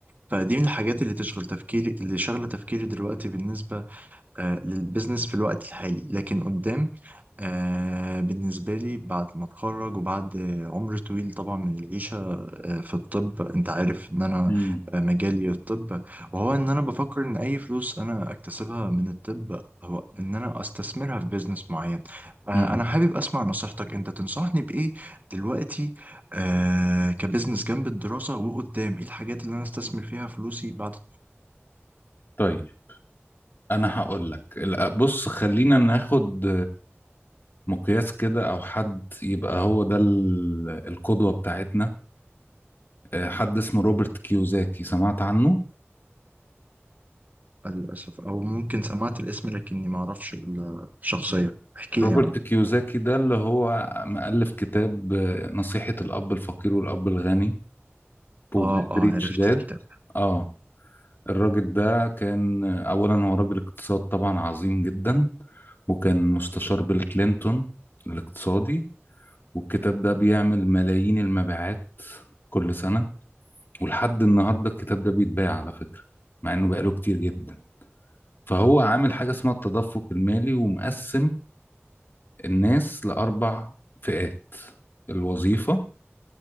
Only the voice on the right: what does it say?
فدي من الحاجات اللي تشغل تفكيري اللي شغلة تفكيري دلوقتي بالنسبة آه، للبزنس في الوقت الحالي لكن قدام آه، بالنسبة لي بعد ما اتخرج وبعد عمر طويل طبعا من العيشة آه، في الطب انت عارف ان انا
آه، مجالي الطب وهو ان انا بفكر ان اي فلوس انا اكتسبها من الطب هو ان انا استثمرها في بيزنس معين آه،
انا حابب اسمع نصيحتك انت تنصحني بايه دلوقتي آه، كبزنس جنب الدراسة وقدام ايه الحاجات اللي انا استثمر فيها فلوسي بعد
للأسف أو ممكن سمعت الاسم لكني ما أعرفش ال- الشخصية احكي
لي عنه
آه آه
عرفت
الكتاب